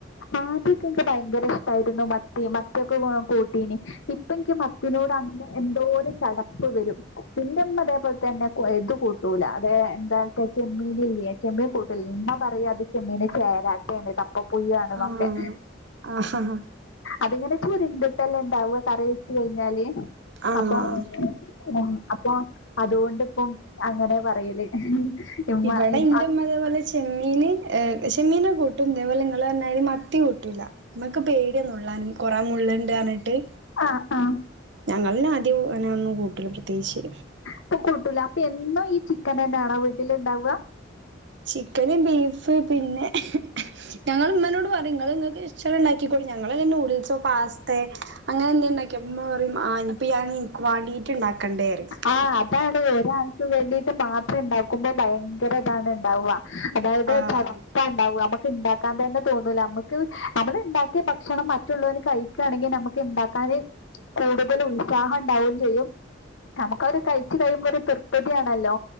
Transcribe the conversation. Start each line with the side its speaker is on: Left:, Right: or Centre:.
Left: ആദ്യക്കെ ഇൻക്ക് ഭയങ്കര ഇഷ്ടായിരുന്നു മത്തി മ മത്തിഒക്കെ നല്ലോം കൂട്ടീനി ഇപ്പിൻക്ക് മത്തിനോട് അന്ന് എന്തോലം ചടപ്പ് വരും ഇൻ്റമ്മ ഇതേപോലെ തന്നെ ഏ ഇതു കൂട്ടൂല ഏഹ് എന്താച്ചാ ചെമ്മീനില്ലേ ചെമ്മീൻ കൂട്ടൂല ഇമ്മ പറയുഅത് ചെമ്മീന് ചേരാ ട്ടേണ് തപ്പപുഴു ആണ്ന്നൊക്കെ
Right: ആഹ് ആഹ്
Left: അത് ഇങ്ങനെ ചുരുണ്ട്ട്ടല്ലെ ഇണ്ടാവ കറി വെച്ച് കഴിഞ്ഞാല്
Right: ആഹ്
Left: അപ്പം ആഹ് അപ്പൊ അതുകൊണ്ടിപ്പം അങ്ങനെ പറയല് ഇമ്മ
Right: ഇവടെ
Left: ഇമ്മ
Right: ഇൻ്റമ്മതേപോലെ ചെമ്മീന് ഏഹ് ചെമ്മീനൊക്കെ കൂട്ടും ഇതേപോലെ നിങ്ങള് പറഞ്ഞമാതിരി മത്തി കൂട്ടൂല ഇമ്മക്ക് പേടിയന്നുള്ളാന് കൊറേ മുള്ള്ണ്ട് പറന്നിട്ട്
Left: ആഹ് ആഹ്
Right: ഞങ്ങള് ആദ്യന്നെ ഒന്നും കൂട്ടല പ്രത്യേകിച്ച്
Left: ഇപ്പം കൂട്ടൂല അപ്പം എന്നും ഈ ചിക്കനെന്നാണോ വീട്ടില് ഇണ്ടാവ
Right: ചിക്കന് ബീഫ് പിന്നെ ഞങ്ങൾ ഇമ്മനോട് പറിം ഇങ്ങള് ഇങ്ങൾക്ക് ഇഷ്ട്ടല്ല ഇണ്ടാക്കിക്കോളി ഞങ്ങള് വല്ല നൂഡിൽസോ പാസ്തേ അങ്ങനെ എന്തേ ഉണ്ടാക്കിയ ഇമ്മ പറിം ആഹ് ഇപ്പ ഞാൻ ഇൻക്ക് വാണ്ടീട്ട്ണ്ടാക്കണ്ടെ റിം
Left: ആഹ് അതാണ് ഒരാക്ക് വേണ്ടിട്ട് മാത്രം ഇണ്ടാക്കുമ്പോ ഭയങ്കര ഇതാണ് ഇണ്ടാവ അതായത്
Right: ആഹ്
Left: ചടപ്പാ ഇണ്ടാവ നമ ഇണ്ടാക്കാൻ തന്നെ തോന്നൂല നമുക്ക് നമ്മള് ഇണ്ടാക്കിയ ഭക്ഷണം മറ്റുള്ളവന് കഴിക്കാണെങ്കിൽ നമുക്ക് ഉണ്ടാക്കാനെ കൂടുതൽ ഉത്സാഹണ്ടാവും ചെയ്യും നമുക്ക് അവര് കഴിച്ച് കഴിയുമ്പോ ഒരു തൃപതിയാണല്ലോ